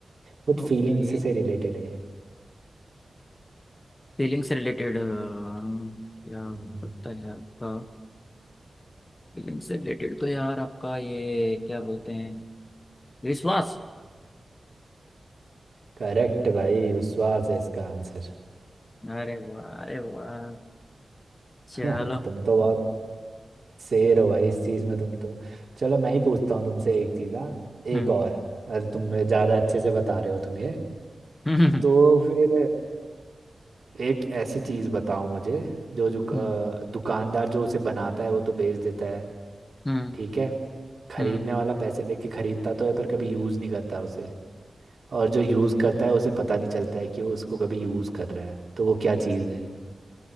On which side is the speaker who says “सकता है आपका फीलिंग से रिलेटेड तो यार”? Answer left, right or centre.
Left